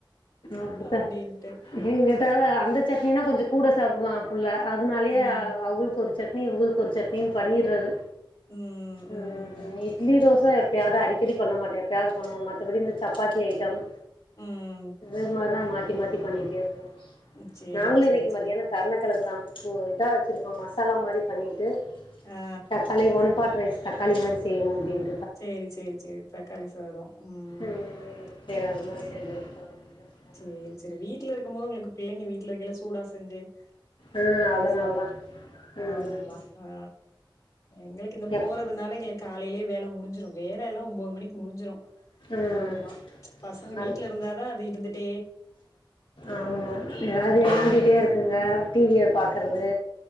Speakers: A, on the left (about 75°); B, on the left (about 40°).
A: அப்படித்தான்
B: அப்டின்ட்டு
A: என்கிட்ட அந்த சட் ஏன்னா கொஞ்ச கூட சாப்டுவா புள்ள அதனாலயே
B: ம்
A: அவுளு கொறிச்சி சட்னி உங்களுக்கு ஒரு சட்னியு பண்ணிற்றது
B: ம் ம்
A: உம்
B: ம்
A: இட்லி தோச எப்பயாவது அடிக்கடி பண்ண மாட்டே எப்பயாவது பண்ணுவோம் மத்தபடி இந்த சப்பாத்தி ஐட்டம்
B: உம்
A: அது மாரிதா மாத்தி மாத்தி பண்ணிகிட்டே இருப்போ
B: ம் சேரி
A: நாங்களு
B: சேரி
A: இன்னிக்கு
B: சேரி
A: மாத்தியான கர்ணக்கெலங்கு தா ஓ இதா வெச்சிருக்கோ மசாலா மாரி பண்ணி ட்டு
B: ஆ
A: தக்காளி ஒன் பாட் ரைஸ் தக்காளி மாரி செய்வோ அப்டின்
B: செரி செரி செரி தக்காளி சாதம் உம்
A: ம் சரி
B: செரி
A: அது மாதிரி செஞ்சுருக்கோம் அப்படின்ற சாதம்.
B: செரி செரி வீ ட்டுல இருக்கும் போது உங்களுக்கு பிள்ளைங்க வீட்ல இருக்கையல்ல சூடா செஞ்சி
A: ஆ
B: சூடா
A: அதனால
B: சாப்பட்ற
A: தான் ம்
B: ஆமா ஆ எங்களுக்கு இந்த போறதுனால
A: எப்
B: எங்களுக்கு காலையிலயே வேல முடிஞ்சிரு வேல எல்லா ஒம்போது மணிக்கு முடிஞ்சிடு
A: ம்
B: ஆமா பசங்க வீட்ல
A: அதுக்கு
B: இருந்தாதா அது இருந்துட்
A: ஆமா ஏதாவது
B: ஆமா
A: வெளாண்ட்டிட்டே இருக்கற்து இவங்க டிவிய பாக்கறது